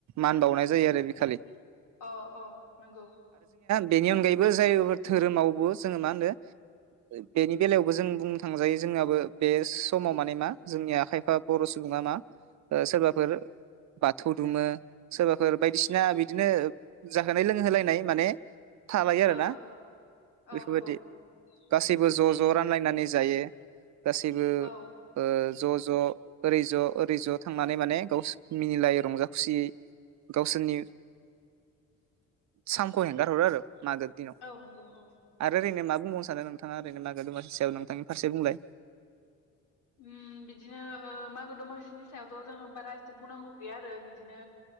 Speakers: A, on the right; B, on the left.
A: मान बाउनाय जायो आरो बिखालि
B: अ अ नंगौ।
A: बेनि अनगायैबो जायफोर धोरोमावबो जोङो मा होनो बेनि बेलायावबो जों बुंनो थांजायो जोंनाबो बे समाव माने मा जोंनिया खायफा बर' सुबुङा मा ओ सोरबाफोर बाथौ दुुमो सोरबाफोर बायदिसिना बिदिनो जाहोनाय लोंहोलायनाय माने थालायो आरोना
B: औ
A: बेफोरबायदि
B: औ नंगौ
A: गासैबो
B: औ
A: ज ज रानलायनानै जायो गासैबो
B: औ
A: ओ ज ज ओरै ज ओरै ज थांनानै माने गावसो मिनिलायो रंजा खुसियै गावसोरनि सामखौ हेंगारहरो आरो मागो दिनाव
B: औ नंगौ औ
A: आरो ओरैनो मा बुंबावनो सानो नोंथाङा ओरैनो मागो दमासिनि सायाव नोंथांनि फारसे बुंलाय
B: उम बिदिनो ओ मागो दमासिनि सायावथ' जोङो बारा एसे बुंनांगौ गैया आरो बिदिनो